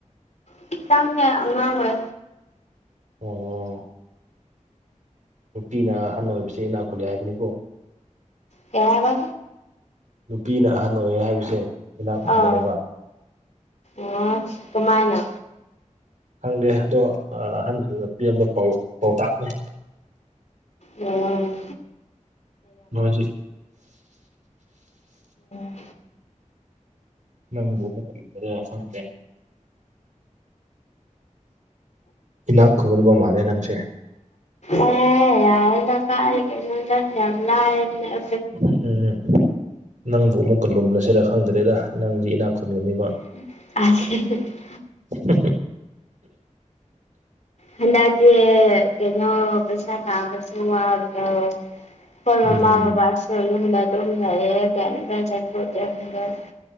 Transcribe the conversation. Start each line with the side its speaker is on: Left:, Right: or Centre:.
Left: ꯈꯤꯇꯪ ꯅꯦ ꯑꯉꯥꯡ ꯑꯣꯏ
Right: ꯑꯣ ꯅꯨꯄꯤꯅ ꯑꯍꯟ ꯑꯣꯏꯕꯁꯦ ꯏꯅꯥꯛ ꯈꯨꯜꯂꯦ ꯍꯥꯏꯕꯅꯤꯀꯣ
Left: ꯀꯩꯍꯥꯏꯕ
Right: ꯅꯨꯄꯤꯅ ꯑꯍꯟ ꯑꯣꯏꯌꯦ ꯍꯥꯏꯕꯁꯦ ꯏꯅꯥꯛ ꯈꯨꯟꯕꯅꯦꯕ
Left: ꯑꯥ ꯑꯣ ꯀꯃꯥꯏꯅ
Right: ꯈꯪꯗꯦ ꯑꯗꯣ ꯑꯍꯟꯁꯗꯨꯗ ꯄꯤꯔꯝꯕ ꯄꯥꯎ ꯄꯥꯎꯇꯥꯛꯅꯦ
Left: ꯑꯣ
Right: ꯅꯣꯏꯁꯤ
Left: <unintelligible>
Right: ꯅꯪꯕꯨ <unintelligible> ꯈꯪꯗ꯭ꯔꯦ ꯏꯅꯥꯛ ꯈꯨꯟꯒꯗꯕ ꯃꯥꯜꯂꯦ ꯅꯪꯁꯦ
Left: ꯑ‌ꯦ ꯌ‌ꯥꯔ‌ꯦꯗ ꯀꯥꯏꯗ ꯅ‌ꯣꯗꯥ ꯌꯥꯝ ꯂꯥꯏꯕꯅ‌ꯦ
Right: ꯎꯝ ꯅꯪꯕꯨ ꯑꯃꯨꯛꯀ ꯂꯨꯝꯂꯁꯤꯔꯥ ꯈꯪꯗ꯭ꯔꯦꯗ ꯅꯪꯗꯤ ꯏꯅꯥꯛ ꯈꯨꯟꯒꯅꯤꯕ
Left: <unintelligible>
Right: <unintelligible> <inaudible>
Left: ꯍꯟꯗꯛꯁꯦ ꯀꯩꯅꯣ ꯄꯩꯁꯥ ꯇꯥꯟꯕꯁꯦ ꯋꯥꯕ꯭ꫪ‌ꯣ ꯑꯩꯈꯣꯏ
Right: ꯎꯝ
Left: ꯃꯃꯥ ꯕꯕꯥꯁꯦ ꯌꯨꯝꯗ ꯑꯗꯨꯝ ꯂꯩꯑ ꯀꯩꯝꯇ ꯆꯠꯊꯣꯛꯇꯦ <unintelligible>